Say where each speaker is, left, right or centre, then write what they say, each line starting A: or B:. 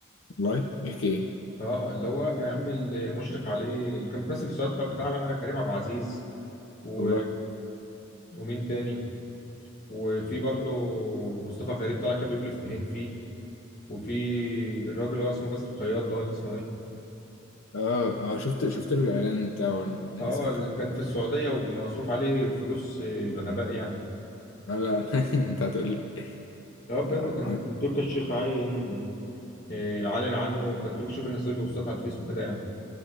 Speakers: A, on the left; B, on the left.
A: والله بيحكي إيه
B: اه اللي هو يا عم اللي مشرف عليه اللي كان بيمثل في السؤال بتاع بتاع بقى كريم عبد العزيز و...
A: والله
B: ومين تاني وفي برضو مصطفى غريب طالع كده بيقول افيهين فيه وفي الراجل اللي هو اسمه باسل الخياط ده ولا اسمه ايه
A: اه اه شفت شفت له الإعلان بتاعه إنه نزل
B: اه
A: وكده
B: اللي كان في السعودية ومصروف عليه فلوس آه، بغباء يعني
A: اه لا <laughs> أنت هتقول لي
B: هو بجد
A: اه
B: كان
A: عارف.
B: كان تركي الشيخ عاين آه، عالن عنه وكان تركي الشيخ بينزل له بوستات على الفيسبوك كده يعني